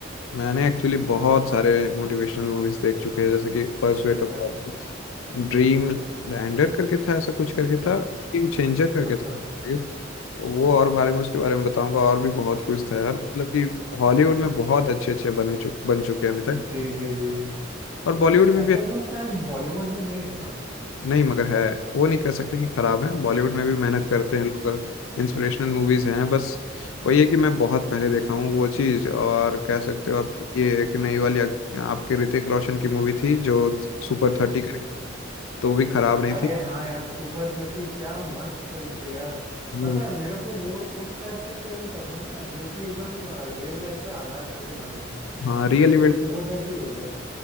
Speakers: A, on the left; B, on the right.
A: मैंने एक्चुअली बहुत सारे मोटिवेशनल मूवीज देख चुके हैं जैसे कि pursuit
B: अच्छा
A: of
B: अच्छा
A: happiness dream lander करके था ऐसा कुछ करके
B: अच्छा
A: था ड्रीम चेंजर करके
B: अच्छा
A: था I guess। तो वो और बारे में उसके बारे में बताऊंगा और भी बहुत कुछ था यार मतलब कि हॉलीवुड में बहुत अच्छे अच्छे बने चुक बन चुके हैं अभी तक
B: जी जी जी जी
A: और बॉलीवुड में
B: ऐसा
A: भी
B: तो शायद बॉलीवुड में नहीं है ना
A: नहीं मगर है वो नहीं कह सकते कि खराब है बॉलीवुड में भी मेहनत करते हैं लोग इंस्पिरेशनल मूवीज हैं बस वही है कि मैं बहुत पहले देखा हूँ वो चीज़ और कह सकते हो
B: हम्म।
A: आप कि ये एक नई वाली आप- आपके ऋतिक रोशन की मूवी थी जो सुपर थर्टी करके
B: जी
A: तो वो भी खराब नहीं
B: अरे
A: थी
B: हाँ यार सुपर थर्टी क्या मस्त फिल्म थी यार
A: हम्म,
B: पता है मेरे को वो उस टाइप के फिल्म पसंद है ना जो कि एकदम रियल लाइफ पे आधार करके बने हो
A: हाँ रियल
B: जैसे
A: इवेंट
B: सुपर थर्टी हो गया